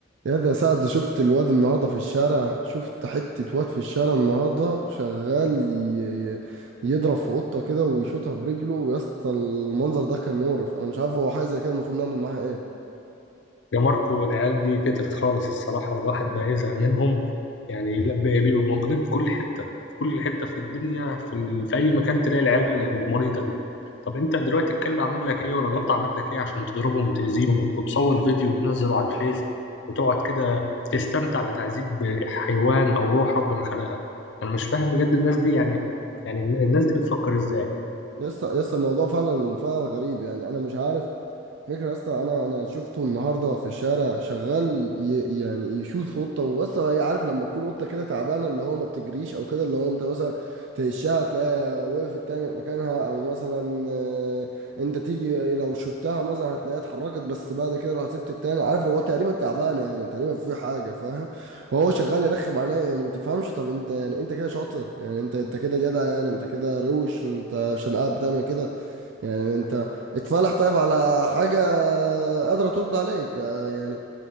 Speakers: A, on the right; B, on the left.
A: يا ده سعد شفت الواد النهارده في الشارع شفت حتة واد في الشارع النهارده شغال ي- ي- يضرب في قطة كده ويشوطها برجله يا اسطى المنظر ده كان مقرف انا مش عارف هو حاجة زي كده المفروض نعمل معاها ايه
B: يا ماركو العيال دي كترت خالص الصراحة والواحد بقى يزهق منهم يعني لا بقى بيبقوا موجودين في كل حتة في كل حتة في الدنيا في, ال... في أي مكان تلاقي العيال المريضة دي طب أنت دلوقتي الكلب عمل لك إيه ولا القطة عملت لك إيه عشان تضربهم وتأذيهم وت- وتصور فيديو وتنزله على الفيس وتقعد كده تستمتع بتعذيب حيوان أو روح ربنا خلقها أنا مش فاهم بجد الناس دي يعني يعني الناس دي بتفكر إزاي
A: يا اسطى يا اسطى الموضوع فعلا فعلا غريب يعني انا مش عارف فكرة يا اسطى انا انا شفته النهارده في الشارع شغال ي... يعني يشوط في قطه واسطى هي عارف لما تكون قطه كده تعبانه اللي هو ما بتجريش او كده اللي هو انت مثلا تهشها تلاقيها وقفت تاني في مكانها او مثلا آه، انت تيجي لو شوتها مثلا هتلاقيها اتحركت بس بعد كده لو سبت التاني عارف هو تقريبا تعبانه يعني تقريبا في حاجه فاهم وهو شغال يرخم عليها يعني ما تفهمش طب انت يعني انت كده شاطر يعني انت انت كده جدع يعني انت كده روش انت عشان قاعد بتعمل كده يعني انت اتفلح طيب على حاجة قادرة ترضى عليك آه، يعني